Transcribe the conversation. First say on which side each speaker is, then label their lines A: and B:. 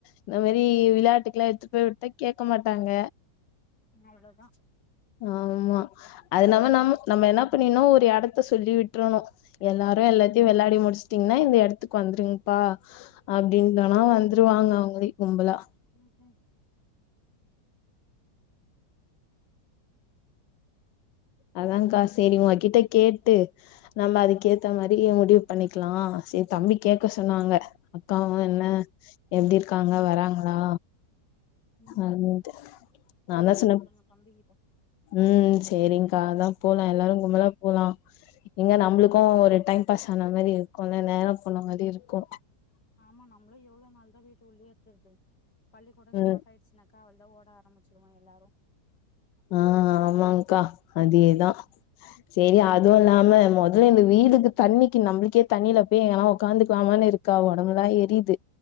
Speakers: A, on the left; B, on the left.
A: இந்த மாரி விளையாட்டுக்கு எல்லா எடுத்துபோயி விட்ட கேட்க மாட்டாங்க
B: அவ்வளதா
A: ஆமா அ நம்ம நம் நம்ம என்ன பண்ணினுஒரு இடத்த சொல்லி விட்டுரணு எல்லாரு எல்லாத்தையு விளாடி முடிச்சுட்டீங்கன்னா இந்த இடத்துக்கு வந்துருங்கப்பா அப்டின்றனா வந்துருவாங்க அவங்களே கும்பலா
B: ம் ம்
A: அதான்கா சரி உங்க கிட்ட கேட்டு நம்ம அதுக்க ஏத்த மாதிரி முடிவு பண்ணிக்கலா சரி தம்பி கேட்க சொன்னாங்க அக்காவு
B: ம்
A: என்ன எப்படி இருக்காங்க வராங்களா
B: ம்
A: அப்டின்
B: போலாம்னு
A: நா தா சொன்ன
B: சொல்லுங்க தம்பிகிட்ட
A: ம் சரி்கா அதா போலா எல்லாரு கும்பலா போகலா இங்க நம்மளுக்கு ஒரு டைம் பாஸ் ஆன மாதிரி இருக்கு இல்ல நேர போன மாதிரி இருக்கு
B: ஆமா நம்மளு எவ்வளவு நாள் தா வீட்டு உள்ளே இருகதுறது பள்ளி கூட ஸ்டார்ட்
A: ம்
B: ஆயிருச்சு னா அவ தா ஓட ஆரம்பிச்சிருவவோ எல்லாரு
A: ஆஹ் ஆமாக்கா அதேதா சேரி அதுவு இல்லாம முதல்ல இந்த வேயிலுக்கு தண்ணிக்கு நம்மளுக்கே தண்ணியில போய் எங்கெல்லா போய் உகாந்துக்கலாமனு இருக்கு க்கா உடம்புலா எரியுது